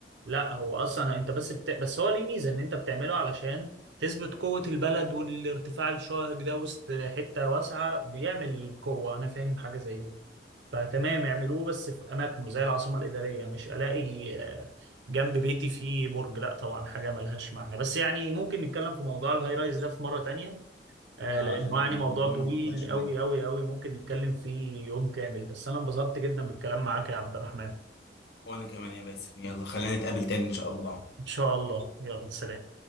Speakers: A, on the right; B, on the left.
A: لا هو اصلا انت بس بت... بس هو ليه ميزه ان انت بتعمله علشان تثبت قوه البلد والارتفاع الشاهق ده وسط حته واسعه بيعمل قوه انا فاهم حاجه زي دي فتمام اعملوه بس في اماكنه زي العاصمه الاداريه مش الاقي آه، جنب بيتي فيه برج لا طبعا حاجه ملهاش معنى بس يعني ممكن نتكلم في موضوع الهاي رايز ده في مره تانية آه،
B: اه
A: لانه
B: عشان الموضوع
A: يعني موضوع طويل
B: معقد شويه
A: قوي قوي قوي ممكن نتكلم فيه يوم كامل بس انا انبسطت جدا بالكلام معاك يا عبد الرحمن
B: وانا كمان يا باسم يلا خلينا نتقابل تاني ان شاء الله
A: ان شاء الله يلا سلام